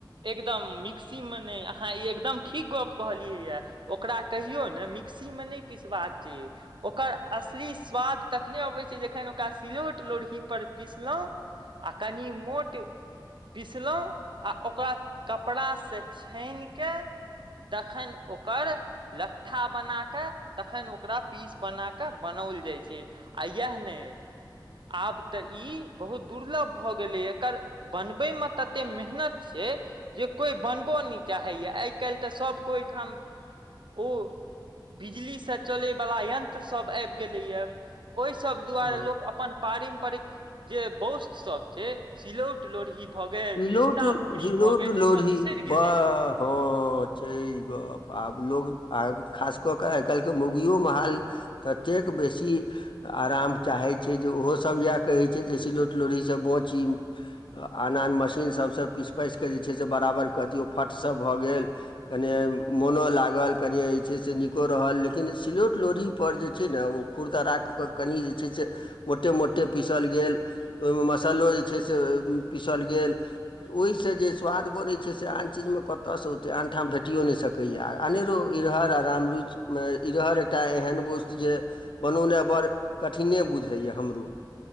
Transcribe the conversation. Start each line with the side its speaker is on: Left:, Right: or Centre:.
Right: एकदम मिक्सी में नहि अहाँ ई एकदम ठीक गप्प कहलियैए ओकरा कहियौ ने मिक्सी में नहि पिसबाक छै ओकर असली स्वाद तखने अबैत छै जखन ओकरा सिलौट लोढ़हीपर पिसलहुँ आ कनि मोट पिसलहुँ आ ओकरा कपड़ा से छानिकऽ तखन ओकर लट्ठा बनाकऽ तखन ओकरा पीस बनाके बनाओल जाइ छै आ इएह नहि आब तऽ ई बहुत दुर्लभ भऽ गेलैय एकर बनबै मे तते मेहनत से जे कोइ बनबो नहि चाहैए आइ काल्हि तऽ सभके ओहिठाम ओ बिजलीसँ चलयवला यन्त्र सब आबि गेलैए ओहि सब दुआरे
Left: ओ
Right: लोक अपन पारम्परिक जे वोस्त सब छै सिलौट लोढ़ी भऽ गेल
Left: सिलौट सिलौट
Right: मुंगरी भऽ गेल
Left: लोढ़ी
Right: ईसभ बिसरि गेलैए
Left: पर ह छै ई गप आब लोग आ खास कऽ कऽ आइकाल्हिके मौगियो महाल ततेक बेसी आराम चाहै छै जे ओहो सब इएह कहै छै जे सिलोट लोढ़ीसँ बाँची आन-आन मशीन सबसँ पिस-पाइस कऽ जे छै से बराबर कऽ दियौ फट स भऽ गेल कनि मोनो लागल कनि जे छै से नीको रहल लेकिन सिलोट लोढ़ी पर जे छै ने ओ खुरदराऽ कऽ कनि जे छै से मोटे मोटे पीसल गेल ओहिमे मसलो जे छै से पिसल गेल ओहिसँ जे स्वाद बनै छै से आन चीजमे कतयसँ ओतै आन ठाम भेटिओ नहि सकैए आ अनेरो इरहड़ आ रामरुइच मे इरहड़ एकटा एहन वोस्त जे बनौनाइ बड़ कठिने बुझाइए हमरो